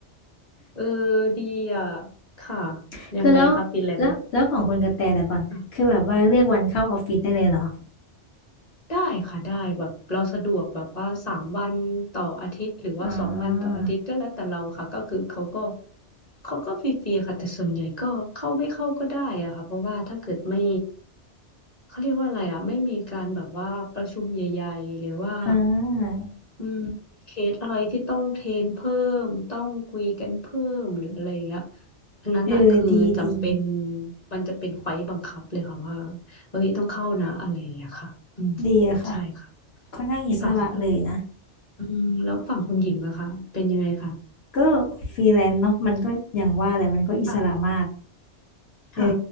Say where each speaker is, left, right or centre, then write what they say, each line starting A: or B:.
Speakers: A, on the left; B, on the left.
A: เออดีอ่ะ ค่ะ
B: <laughs>
A: ยังไงครับฟรีแลนซ์
B: คือแล้วแล้วแล้วของคุณกระแตแต่ก่อนคือแบบว่าเลือกวันเข้าออฟฟิศได้เลยเหรอ
A: ค่ะ ได้ค่ะได้แบบเราสะดวกแบบว่าสามวันต่ออาทิตย์หรือว่าสองวันต่ออาทิตย์ก็แล้วแต่เราค่ะก็คือเขาก็
B: อ๋อ
A: เขาก็ฟรีๆค่ะแต่ส่วนใหญ่ก็เข้าไม่เข้าก็ได้อะค่ะเพราะว่าถ้าเกิดไม่เขาเรียกว่าอะไรอะไม่มีการแบบว่าประชุมใหญ่ๆหรือว่า
B: อ่า
A: อืมมีเคสอะไรที่ต้องเทรนเพิ่มต้องคุยกันเพิ่มหรืออะไรอย่างเงี้ยอันนั้นอะคือจำเป็น
B: เออดีดี
A: มันจะเป็นไฟล์บังคับเลยค่ะว่าเฮ้ยต้องเข้านะอะไรอย่างเงี้ยค่ะอืม
B: ดีอะค่ะ
A: ใช่ค่ะ
B: ค่อนข้างอิสระเลยนะ
A: ค่ะแล้วอืมแล้วฝั่งคุณหญิงล่ะคะเป็นยังไงคะ
B: ก็ฟรีแลนซ์เนาะมันก็อย่างว่าแหละมันก็อิสระมาก
A: ค่ะ
B: เออ
A: ค่ะ